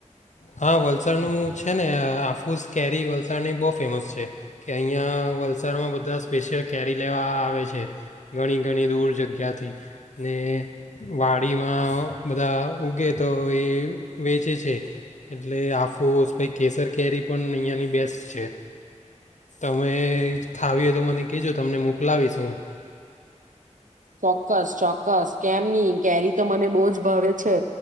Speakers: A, on the left; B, on the right.
A: હા વલસાડનું છે ને આ આફૂસ કેરી વલસાડની બો ફેમસ છે કે અહીંયા વલસાડમાં બધા સ્પેશિયલ કેરી લેવા આવે છે, ઘણી ઘણી દૂર જગ્યાથી ને વાડીમાં બધા ઉગે તો એ વેચે છે એટલે આફુસ પછી કેસર કેરી પણ અઈયાની બેસ્ટ છે, તમે ખાવી હોય તો મને કેજો તમને મોકલાવી હું.
B: ચોક્કસ, ચોક્કસ, કેમની. કેરી તો મને બો જ ભાવે છે